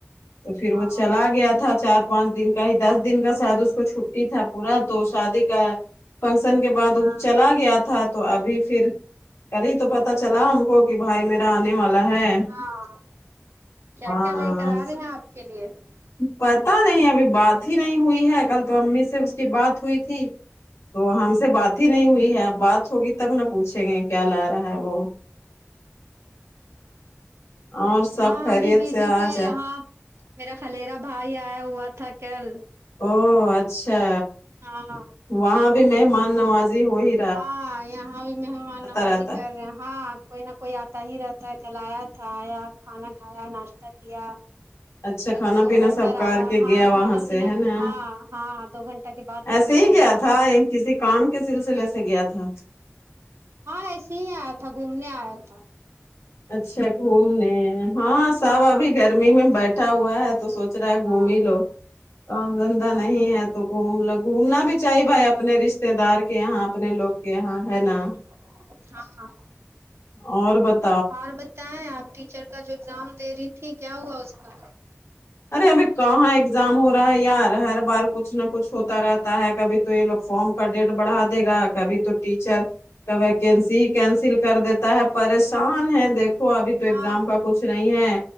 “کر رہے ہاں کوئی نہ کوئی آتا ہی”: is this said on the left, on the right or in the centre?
Right